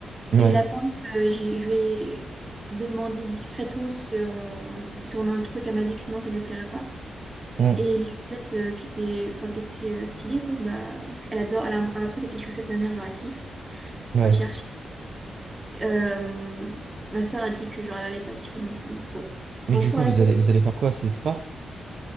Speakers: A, on the right (about 60°); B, on the right (about 15°).
A: Ouais.
B: Et la pince, euh, je je lui ai demandé discretos euh, en tournant le truc, elle m'a dit que non, ça lui plairait pas.
A: Hum,
B: Et les chaussettes euh, qui étaient, enfin, qui étaient euh, stylées, quoi, bah, parce qu'elle adore, elle a un, un truc avec les chaussettes, ma mère, genre, elle kiffe. Faut
A: Ouais.
B: pas chercher. Euh, ma soeur a dit que, genre, elle allait pas kiffer non plus, donc bon.
A: Mais
B: Retour
A: du coup,
B: à
A: vous
B: la classe.
A: allez, vous allez faire quoi? C'est spa?